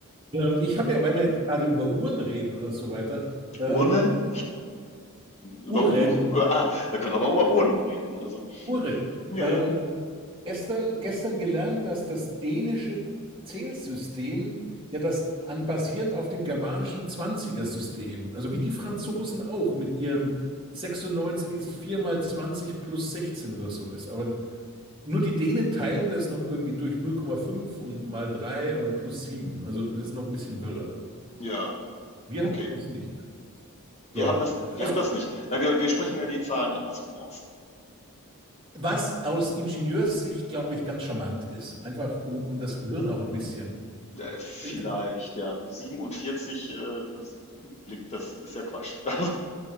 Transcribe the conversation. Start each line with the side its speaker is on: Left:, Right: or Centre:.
Right: ähm, ich habe ja, weil wir jetzt gerade über Uhren reden oder so weiter, ähm,
Left: Urnen? Über
Right: Uhren,
Left: Uhr?
Right: Uhren.
Left: Äh, ah, wir können aber über Urnen reden. Also,
Right: Uhren.
Left: ja,
Right: Ähm,
Left: ja.
Right: gestern, gestern gelernt, dass das dänische Zählsystem ja das an, basierend auf dem germanischen 20 system also wie die Franzosen auch mit ihrem 96 ist 4 mal 20 plus 16 oder so ist. Aber nur die Dänen teilen das noch irgendwie durch null Komma fünf und mal 3 und plus sieben, Also das ist noch ein bisschen wirrer.
Left: Ja,
Right: Wir
Left: okay.
Right: haben das nicht.
Left: Wir
Right: Ja.
Left: haben das, wir
Right: Also
Left: haben das nicht. Na, wir, wir sprechen ja die Zahlen andersrum aus.
Right: was aus Ingenieurssicht, glaube ich, ganz charmant ist. Einfach um, um das Gehirn auch ein bisschen
Left: Äh, vielleicht,
Right: Das ist
Left: ja. 47, äh, das blickt, das ist ja Quatsch. <laughs> Also,